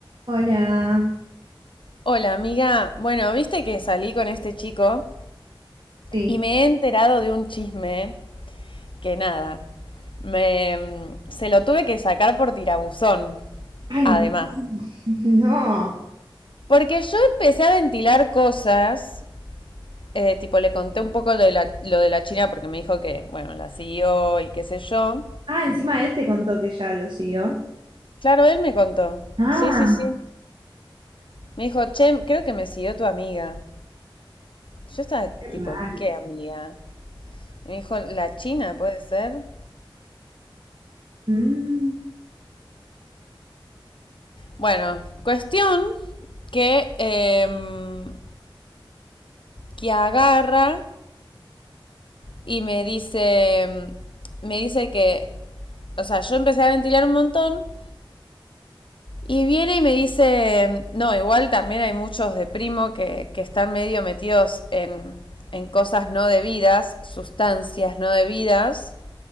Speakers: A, on the right; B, on the left.
A: Hola.
B: Hola, amiga. Bueno, viste que salí con este chico
A: Sí.
B: y me he enterado de un chisme que nada, me, mm, se lo tuve que sacar por tirabuzón,
A: Ay,
B: además.
A: <laughs> no.
B: Porque yo empecé a ventilar cosas, eh, tipo le conté un poco lo de, la, lo de la China porque me dijo que, bueno, la siguió y qué sé yo.
A: Ah, encima él te contó que ya lo siguió.
B: Claro, él me contó.
A: Ah,
B: Sí, sí, sí. Me dijo, che, creo que me siguió tu amiga. Yo estaba
A: Qué raro.
B: tipo, ¿qué amiga? Y me dijo, ¿la China puede ser?
A: Mm,
B: Bueno, cuestión que, em, que agarra y me dice, em, me dice que, o sea, yo empecé a ventilar un montón y viene y me dice, em, no, igual también hay muchos de primo que, que están medio metidos en, en cosas no debidas, sustancias no debidas.